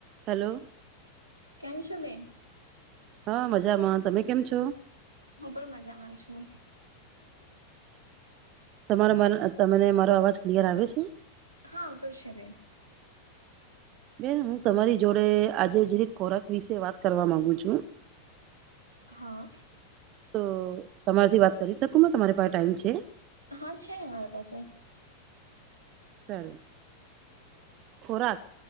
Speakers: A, on the right; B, on the right.
A: Hello
B: કેમ છમે
A: હા મજામાં તમે કેમ છો
B: હું પણ મજામાં છું
A: તમારો તમને મારો અવાજ ક્લિયર આવે છે
B: હા તો શવે
A: બેન હું તમારી જોડે આજે જે ખોરાક વિશે વાત કરવા માગુ છુ.
B: હા
A: તો તમારાથી વાત કરી શકું મે તમારી પાસે ટાઈમ છે
B: હા છે ને મારા પાસે
A: સારું ખોરાક